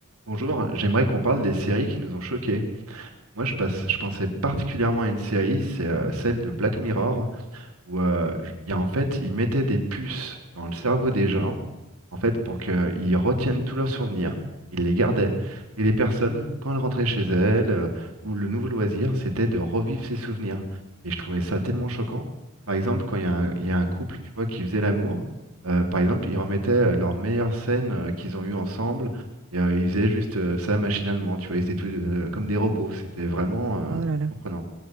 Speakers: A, on the right (about 75°); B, on the right (about 60°).
A: Bonjour, j'aimerais qu'on parle des séries qui nous ont choqués. Moi, je passe, je pensais particulièrement à une série, c'est euh, celle de Black Mirror où euh, j- il y a, en fait, ils mettaient des puces dans le cerveau des gens, en fait, pour qu'ils retiennent tous leurs souvenirs, ils les gardaient, et les personnes, quand elles rentraient chez elles, euh, ou le nouveau loisir, c'était de revivre ces souvenirs. Et je trouvais ça tellement choquant. Par exemple, quand il y a un, il y a un couple, tu vois, qui faisait l'amour, euh, par exemple, ils remettaient euh, leurs meilleures scènes euh, qu'ils ont eues ensemble, et euh, ils faisaient juste euh, ça machinalement, tu vois, ils étaient tous, euh, comme des robots, c'était vraiment euh,
B: Oh là là.
A: surprenant.